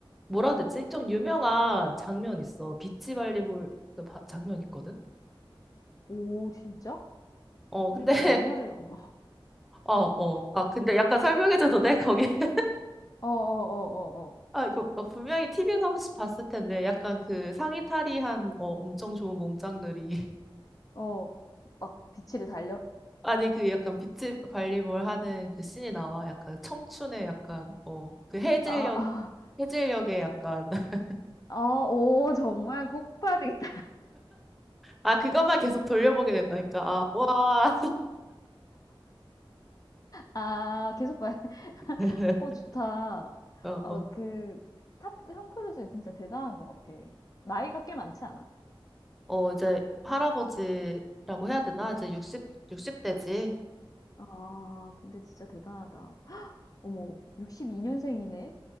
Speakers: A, in the centre; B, on the left.
A: 뭐라 해야 되지? 좀 유명한 장면 있어. 비치 발리볼 그 바- 장면 있거든?
B: 오, 진짜?
A: 어,
B: 내가
A: 근데, <laughs>
B: 영화를 어머.
A: 어, 어. 아, 근데 약간 설명해줘도 돼? 거기. <laughs>
B: 어어어어어. 어.
A: 아, 이거 어, 분명히 TV에서 한 번씩 봤을 텐데, 약간 그 상의 탈의한, 어, 엄청 좋은 몸짱들이. <laughs>
B: 어, 어, 어, 어. 막 빛을 달려?
A: 아니, 그 약간 비치 발리볼 하는 그 씬이 나와. 약간 청춘의 약간, 어, 그 해질녘,
B: 아, 아,
A: 해질녘의 약간. <laughs>
B: 아, 오, 정말 꼭 봐야 되겠다.
A: 아, 그것만 계속 돌려보게 된다니까. 아, 와.
B: 아, 계속 봐야 돼. <laughs>
A: <laughs>
B: 어, 좋다.
A: 어,
B: 어,
A: 어.
B: 그, 탑, 톰 크루즈는 진짜 대단한 것 같아. 나이가 꽤 많지 않아?
A: 어, 이제 할아버지라고 해야 되나? 이제 육십 60대지.
B: 아, 근데 진짜 대단하다. 어머, 62년생이네?